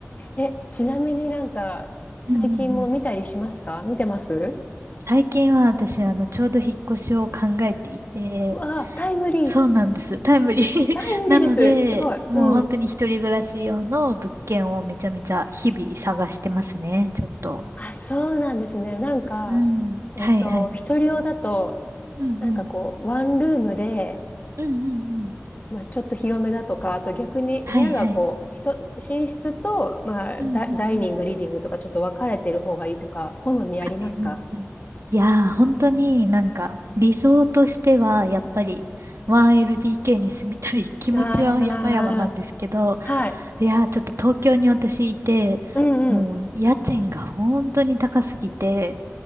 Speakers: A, on the left; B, on the right.
A: え、ちなみになんか、
B: うんうんうん。
A: 最近も見たりしますか見てます
B: 最近は私、あの、ちょうど引っ越しを考えていて、
A: うわあ、タイムリー。
B: そうなんです。タイムリー
A: タイムリーです。
B: <laughs> なので、
A: すごい。
B: もう本当に一人暮らし用の物件をめちゃめちゃ日々探してますね、
A: うん。
B: ちょっと。
A: あ、そうなんですね。なんか、
B: うん。
A: えっと、
B: はいはい。
A: 一人用だと、
B: うんうん。
A: なんかこう、ワンルームで、
B: うんうんうん。
A: まあ、ちょっと広めだとか、あと逆に部屋がこう、
B: はいはい。
A: ひと寝室と、まあ、
B: うんうんうん。
A: ダ、ダイニング、リビングとかちょっと分かれてる方がいいとか、好みありますか
B: はいはいはい。いやー、本当になんか理想としてはやっぱり 1LDK に住みたい気持ちは山々なんですけど、
A: ああー、はい。
B: いやー、ちょっと東京に私いて、
A: うんうん。
B: もう家賃が本当に高すぎて、